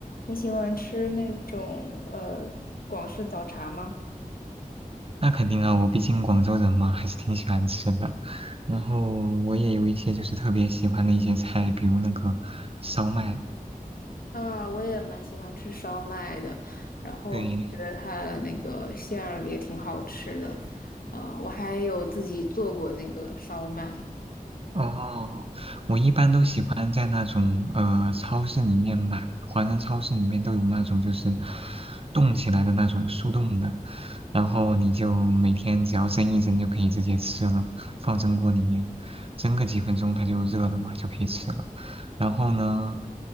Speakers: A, on the left (about 80°); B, on the right (about 40°).
A: 你喜欢吃那种呃广式早茶吗？
B: 那肯定啊，我毕竟广州人嘛，还是挺喜欢吃的。然后我也有一些就是特别喜欢的一些菜，比如那个烧麦，
A: 啊，我也蛮喜欢吃烧麦的，然后觉得它那个馅儿也挺好吃的，
B: 对，
A: 啊，我还有自己做过那个烧麦
B: 哦，我一般都喜欢在那种呃超市里面买，华人超市里面都有那种就是冻起来的那种速冻的，然后你就每天只要蒸一蒸就可以直接吃了，放蒸锅里面蒸个几分钟它就热了嘛，就可以吃了。然后呢，